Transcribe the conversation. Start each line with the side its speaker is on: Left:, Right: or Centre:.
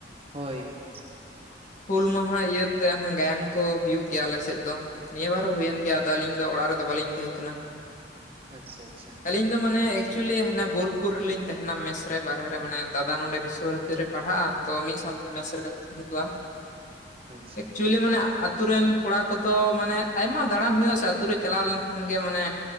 Right: ᱦᱳᱭ
Left: ᱦᱩᱞ ᱢᱟᱦᱟ ᱤᱭᱟᱹᱛᱮ ᱦᱟᱱᱮ ᱜᱟᱭᱟᱱ ᱠᱚ ᱦᱩᱭᱩᱜ ᱜᱮᱭᱟ ᱟᱞᱮᱥᱮᱫ ᱫᱚ ᱱᱤᱭᱟᱹ ᱵᱟᱨ ᱦᱩᱭᱮᱱ ᱜᱮᱭᱟ ᱟᱫᱚ ᱟᱹᱞᱤᱧ ᱫᱚ ᱚᱲᱟᱜ ᱨᱮᱫᱚ ᱵᱟᱞᱤᱧ ᱛᱮᱦᱮᱸ ᱠᱟᱱᱟ
Right: ᱟᱪᱪᱷᱟ ᱟᱪᱪᱷᱟ
Left: ᱟᱹᱞᱤᱧ ᱫᱚ ᱢᱟᱱᱮ ᱮᱠᱪᱩᱭᱮᱞᱤ ᱦᱟᱱᱮ ᱵᱳᱞᱯᱩᱨ ᱨᱮᱞᱤᱧ ᱛᱟᱦᱮᱱᱟ ᱢᱮᱥ ᱨᱮ ᱵᱟᱦᱨᱮ ᱨᱮ ᱢᱟᱱᱮ ᱫᱟᱫᱟ ᱱᱚᱸᱰᱮ ᱵᱤᱥᱥᱚ ᱵᱷᱟᱨᱚᱛᱤ ᱨᱮ ᱯᱟᱲᱦᱟᱜᱼᱟ ᱛᱚ ᱢᱤᱫ ᱥᱟᱶ ᱛᱮᱜᱮ ᱞᱟᱥᱮᱥ ᱠᱟᱹᱯᱤᱭᱟᱛᱮᱫ ᱤᱧ ᱦᱤᱡᱩᱜᱼᱟ,
Right: ᱟᱪᱪᱷᱟ
Left: ᱮᱠᱪᱩᱭᱮᱞᱤ
Right: ᱟᱪᱪᱷᱟ
Left: ᱢᱟᱱᱮ ᱟᱛᱳ ᱨᱮᱱ ᱠᱚᱲᱟ ᱠᱚᱫᱚ ᱢᱟᱱᱮ ᱟᱭᱢᱟ ᱫᱟᱬᱟᱱ ᱦᱩᱭᱩᱜᱼᱟ ᱥᱮ ᱟᱹᱛᱩ ᱨᱮ ᱪᱟᱞᱟᱣ ᱞᱮᱱᱠᱷᱟᱱ ᱜᱮ ᱢᱟᱱᱮ